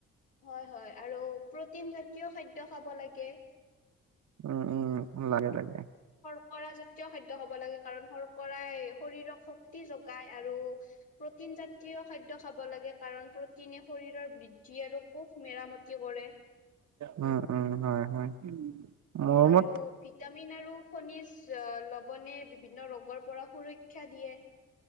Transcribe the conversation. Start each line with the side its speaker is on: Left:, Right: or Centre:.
Left: হয় -হয় আৰু প্ৰ'টিন জাতীয় খাদ্য খাব লাগে
Right: উম -উম লাগে- লাগে
Left: পৰাজাতীয় খাদ্য হ'ব লাগে কাৰণ হ'ল কৰাই শৰীৰক শক্তি যগাই আৰু প্ৰ'টিনজাতীয় খাদ্য খাব লাগে কাৰণ প্ৰ'টি প্ৰ'টিনে শৰীৰৰ বৃদ্ধি আৰু কোষ মেৰামতি কৰে।
Right: উম- উম হয় -হয় মোৰ
Left: আৰু
Right: মত
Left: ভিটামিন আৰু খনিজ লৱণে বিভিন্ন ৰোগৰ পৰা সুৰক্ষা দিয়ে